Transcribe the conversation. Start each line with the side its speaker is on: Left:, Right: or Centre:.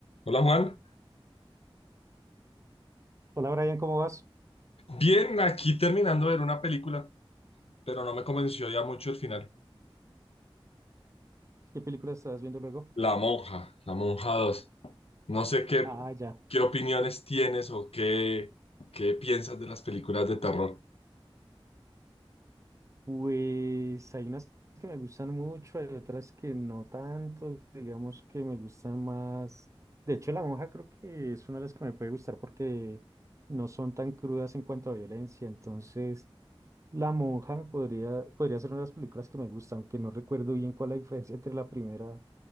Left: Hola Juan.
Right: Hola Brian, ¿cómo vas?
Left: Bien, aquí terminando de ver una película, pero no me convenció ya mucho el final.
Right: ¿Qué película estás viendo luego?
Left: La monja, La monja 2. No sé qué,
Right: Ah, ya.
Left: qué opiniones tienes o qué, qué piensas de las películas de terror.
Right: Pues hay unas que me gustan mucho, hay otras que no tanto, digamos que me gustan más. De hecho, La Monja creo que es una de las que me puede gustar porque no son tan crudas en cuanto a violencia. Entonces, La Monja me podría, podría ser una de las películas que me gustan, aunque no recuerdo bien cuál es la diferencia entre la primera